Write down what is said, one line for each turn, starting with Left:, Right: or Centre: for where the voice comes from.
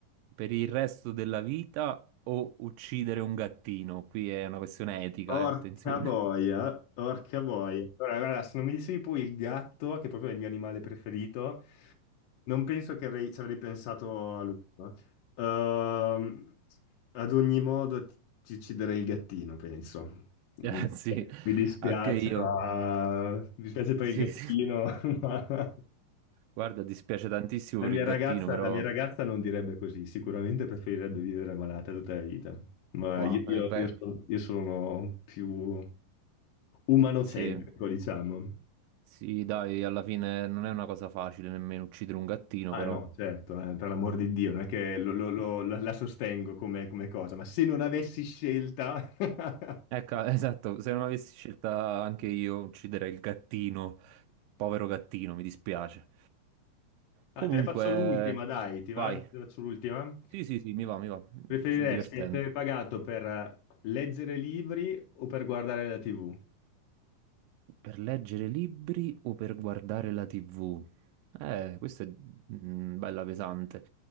Right: per il resto della vita o uccidere un gattino? Qui è una questione etica,
Left: Orca
Right: eh, attenzione.
Left: boia, orca boia. Allora, guarda, se non mi dicevi poi il gatto, che proprio è il mio animale preferito, non penso che avrei- ci avrei pensato a lungo. Ehm, ad ogni modo ti, ti ucciderei il gattino, penso. Mi,
Right: <laughs> Eh, sì,
Left: mi dispiace,
Right: anche io.
Left: ma mi dispiace per
Right: Sì,
Left: il gattino,
Right: sì.
Left: <laughs> ma...
Right: Guarda, dispiace tantissimo
Left: La
Right: per
Left: mia
Right: il
Left: ragazza,
Right: gattino, però...
Left: la mia ragazza non direbbe così, sicuramente preferirebbe vivere malata tutta la vita, ma
Right: Wow,
Left: io, io-
Right: eh, beh,
Left: io sono, io sono più umanocentrico,
Right: sì.
Left: diciamo.
Right: Sì, dai, alla fine non è una cosa facile nemmeno uccidere un gattino,
Left: Ah
Right: però.
Left: no, certo, eh, per l'amor di Dio, non è che lo- lo- lo- la, la sostengo come, come cosa, ma se non avessi scelta... <laughs>
Right: Ecco, <laughs> esatto, se non avessi scelta anche io ucciderei il gattino, povero gattino, mi dispiace.
Left: Ah,
Right: Comunque,
Left: te ne faccio l'ultima, dai, ti va?
Right: vai.
Left: Te ne faccio l'ultima?
Right: Sì, sì, sì, mi va, mi va, mi
Left: Preferiresti
Right: sto divertendo.
Left: essere pagato per leggere libri o per guardare la TV?
Right: Per leggere libri o per guardare la TV? Eh, questa è mm, bella pesante.